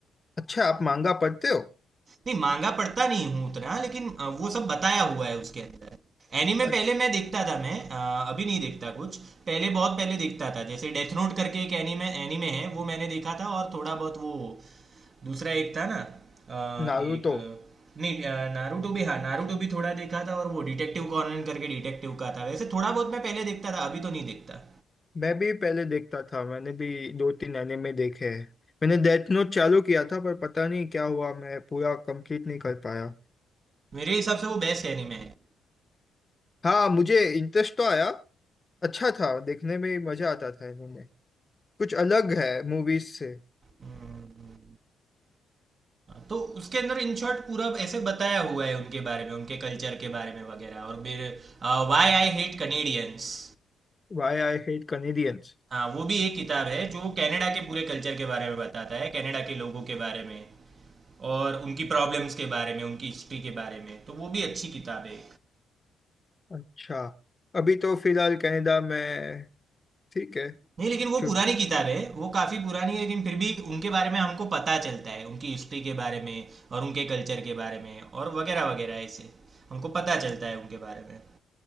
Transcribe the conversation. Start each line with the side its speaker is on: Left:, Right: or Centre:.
Left: अच्छा आप मांगा पढ़ते हो
Right: नहीं मांगा पढ़ता नहीं हूँ उतना लेकिन अ, वो सब बताया हुआ है उसके अंदर एनिमे
Left: अच्छा
Right: पहले मैं देखता था मैं अ, अभी नहीं देखता कुछ पहले बहुत पहले देखता था जैसे डेथ नोट करके एक एनिमे एनिमे है वो मैंने देखा था और थोड़ा बहुत वो दूसरा एक था ना अ,
Left: नारुतो
Right: एक नहीं अ, नारुतो भी हाँ नारुतो भी थोड़ा देखा था और वो डिटेक्टिव कॉनन करके डिटेक्टिव का था वैसे थोड़ा बहुत मैं पहले देखता था अभी तो नहीं देखता
Left: मैं भी पहले देखता था मैंने भी दो तीन एनिमे देखे हैं मैंने डेथ नोट चालू किया था पर पता नहीं क्या हुआ मैं पूरा कंप्लीट नहीं कर पाया
Right: मेरे हिसाब से वो बेस्ट एनिमे है
Left: हाँ मुझे इंटरेस्ट तो आया अच्छा था देखने में मजा आता था एनिमे कुछ अलग है मूवीज से
Right: हम्म, तो उसके अंदर इन शॉर्ट पूरा ऐसे बताया हुआ है उनके बारे में उनके कल्चर के बारे में वगैरह और फिर वाई आई हेट कनेडियंस
Left: Why I hate Canadians
Right: हाँ वो भी एक किताब है जो कनाडा के पूरे कल्चर के बारे में बताता है कनाडा के लोगों के बारे में और उनकी प्रॉब्लम्स के बारे में उनकी हिस्ट्री के बारे में तो वो भी अच्छी किताब है
Left: अच्छा अभी तो फिलहाल कनाडा में ठीक है
Right: नहीं लेकिन वो
Left: चु-
Right: पुरानी किताब है वो काफ़ी पुरानी है लेकिन फिर भी उनके बारे में हमको पता चलता है उनकी हिस्ट्री के बारे में और उनके कल्चर के बारे में और वगैरह वगैरह ऐसे हमको पता चलता है उनके बारे में